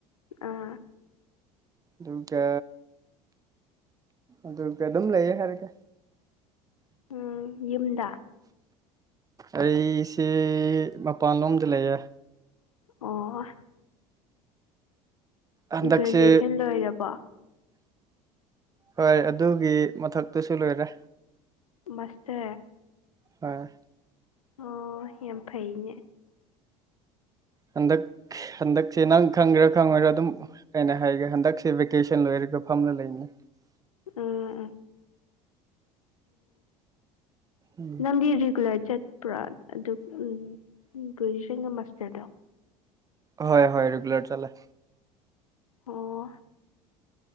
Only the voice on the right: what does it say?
ꯗꯨꯒ ꯑꯗꯨꯒ ꯑꯗꯨꯝ ꯂꯩꯌꯦ ꯍꯥꯢꯔꯒꯦ
ꯑꯩꯁꯦ ꯃꯄꯥꯟꯂꯣꯝꯗ ꯂꯩꯌꯦ
ꯍꯟꯗꯁꯤ
ꯍꯣꯏ ꯑꯗꯨꯒꯤ ꯃꯊꯛꯇꯨꯁꯨ ꯂꯣꯏꯔꯦ
ꯍꯣꯏ
ꯍꯟꯗꯛ ꯍꯟꯗꯛꯁꯦ ꯅꯪ ꯈꯪꯒꯦꯔꯥ ꯈꯪꯉꯣꯏ ꯑꯗꯨꯝ ꯑꯩꯅ ꯍꯥꯏꯒꯦ ꯍꯟꯗꯛꯁꯦ ꯚꯦꯀꯦꯁꯟ ꯂꯣꯏꯔꯒ ꯐꯝꯅ ꯂꯩꯅꯤ
ꯎꯝ
ꯍꯣꯏ ꯍꯣꯏ ꯔꯦꯒꯨꯂꯔ ꯆꯂ